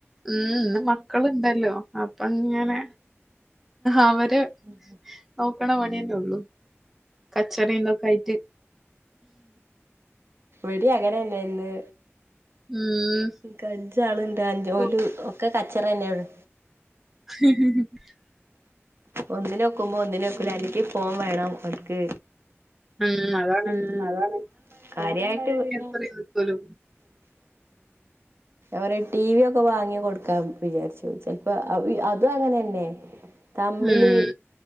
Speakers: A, in the centre; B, on the right (about 60°).
A: ഇന്ന് മക്കളുണ്ടല്ലോ അപ്പൊങ്ങനെ അവര്
B: ഉം ഉം
A: നോക്കണ പണിയന്നെ ഉള്ളു കച്ചറേന്തൊക്കെ ആയിറ്റ്
B: ഇവ്ടേം അങ്ങനെന്ന്യാ ഇന്ന്
A: ഉം
B: ഇൻക് അഞ്ചാള്ണ്ട് ആ ജോലി
A: കു-
B: ഒക്കെ കച്ചറന്നാണ്
A: ഉ
B: ഒന്നിനൊക്കുമ്പോ ഒന്നിനോക്കുല അല്ലെങ്കി ഫോൺ വേണം ഓക്ക്
A: ഉം അതാ
B: ഉം അതാണ് കാര്യായിട്ട്
A: എത്രയും
B: ഞാ
A: നിക്കോലോ
B: പറേം ടി വി ഒക്കെ വാങ്ങി കൊടുക്കാം വിചാരിച്ചു ചെലപ്പോ അതും അങ്ങനെന്നെ തമ്മില്
A: ഉം